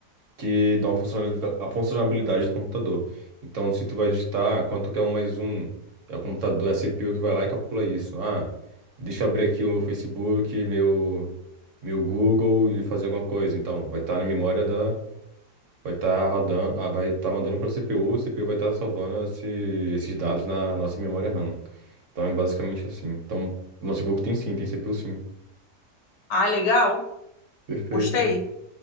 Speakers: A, on the right; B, on the left.
A: que dão a funcionalidade, a funcionalidade do computador. Então, se tu vai digitar ah, quanto que é um mais um, é o computador, é a CPU que vai lá e calcula isso. Ah, deixa eu abrir aqui o meu Facebook, meu meu Google e fazer alguma coisa. Então, vai estar na memória da Vai estar rodando, ah, vai estar mandando para a CPU, a CPU vai estar salvando esse- esses dados na nossa memória RAM. Então é basicamente assim. Então, o notebook tem sim, tem CPU sim.
B: Ah, legal.
A: Perfeito.
B: Gostei.